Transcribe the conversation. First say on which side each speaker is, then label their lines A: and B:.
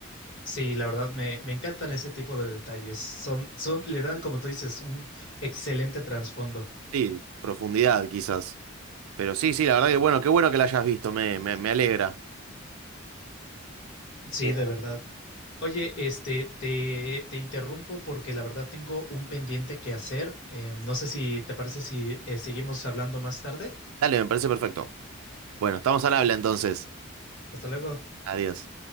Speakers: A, on the left; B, on the right.
A: sí, la verdad me, me encantan ese tipo de detalles, son, son, le dan, como tú dices, un excelente trasfondo.
B: Sí, profundidad quizás. Pero sí, sí, la verdad que bueno, qué bueno que la hayas visto, me, me, me alegra.
A: Sí,
B: Eh,
A: de verdad. Oye, este, te, te interrumpo porque la verdad tengo un pendiente que hacer. Eh, no sé si te parece si eh, seguimos hablando más tarde.
B: Dale, me parece perfecto. Bueno, estamos al habla entonces.
A: Hasta luego.
B: Adiós.